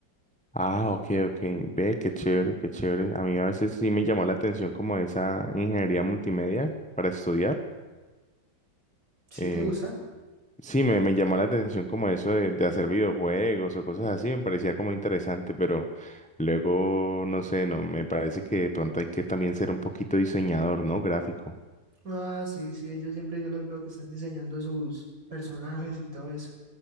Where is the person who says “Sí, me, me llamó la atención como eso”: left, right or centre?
Centre